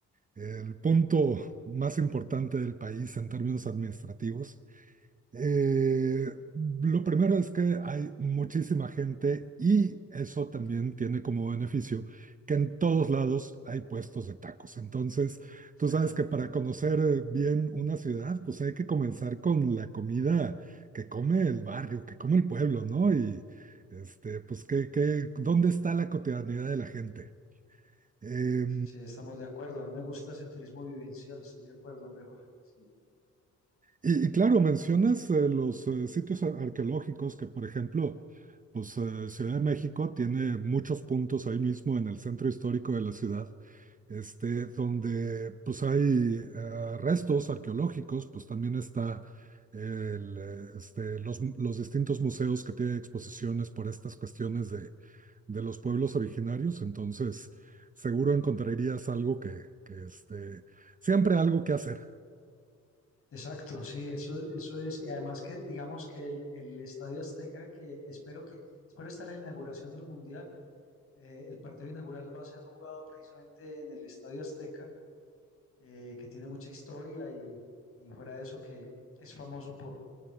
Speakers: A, on the right (about 25°); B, on the left (about 45°).
A: el punto más importante del país en términos administrativos. Eh, lo primero es que hay muchísima gente y eso también tiene como beneficio que en todos lados hay puestos de tacos. Entonces,
B: <laughs>
A: tú sabes que para conocer eh, bien una ciudad, pues hay que comenzar con la comida que come el barrio, que come el pueblo, ¿no? Y este, pues, ¿qué, qué- dónde está la cotidianidad de la gente? Eh,
B: Sí, estamos de acuerdo. A mí me gusta ese turismo vivencial, estoy de acuerdo, hombre, Jorge. Sí,
A: Y, y claro, mencionas eh, los eh, sitios ar- arqueológicos que, por ejemplo, pues eh, Ciudad de México tiene muchos puntos ahí mismo en el centro histórico de la ciudad, este, donde pues hay eh, restos arqueológicos, pues también está el, eh, este, los, los distintos museos que tienen exposiciones por estas cuestiones de, de los pueblos originarios, entonces seguro encontrarías algo que, que este, siempre algo que hacer.
B: Exacto, sí, eso, eso es. Y además que digamos que el, el Estadio Azteca, que espero que, espero estar en la inauguración del Mundial, eh, el partido inaugural va a ser jugado precisamente en el Estadio Azteca, eh, que tiene mucha historia y, y fuera de eso que es famoso por,